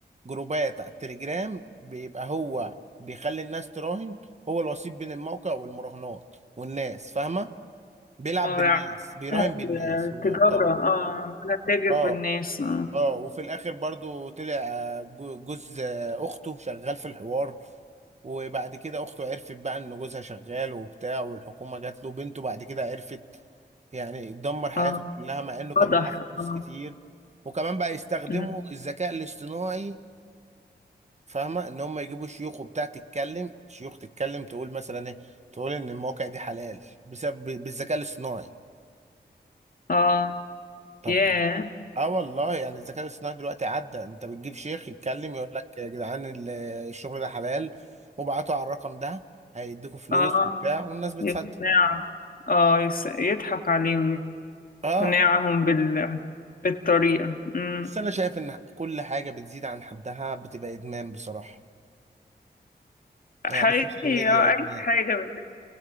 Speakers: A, on the right (about 40°); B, on the left (about 55°).
A: جروبات على التليجرام بيبقى هو بيخلي الناس تراهن هو الوسيط بين الموقع والمراهنات والناس فاهمة بيلعب
B: اه
A: بالناس
B: يعني
A: بيراهن بالناس
B: التجارة
A: هو طبعا
B: اه عمالة تاجر
A: اه
B: بالناس اه
A: اه وفي الاخر برضو طلع آه، جو- جوز آه، اخته شغال في الحوار وبعد كده اخته عرفت بقى ان جوزها شغال وبتاع والحكومة جات له بنته بعد كده عرفت يعني دمر حياته
B: اه
A: كلها مع انه كان
B: واضح
A: معاه فلوس
B: اه
A: كتير وكمان بقى يستخدموا
B: مم،
A: الذكاء الاصطناعي فاهمة ان هم يجيبوا شيوخ وبتاع تتكلم شيوخ تتكلم تقول مثلا ايه تقول ان المواقع دي حلال بسبب بالذكاء الاصطناعي
B: اه
A: طب
B: ياه
A: اه والله يعني الذكاء الاصطناعي دلوقتي عدى انت بتجيب شيخ يتكلم يقول لك يا جدعان ال- الشغل ده حلال وابعتوا على الرقم ده هيديكوا فلوس
B: اه
A: وبتاع والناس بتصدق
B: يقنع اه يس- يضحك عليهم
A: اه
B: اقناعهم بال... بالطريقة امم
A: بس انا شايف ان كل حاجه بتزيد عن حدها بتبقى ادمان بصراحه
B: حقيقي
A: يعني السوشيال ميديا
B: آه،
A: ادمان
B: اي حاجة بت...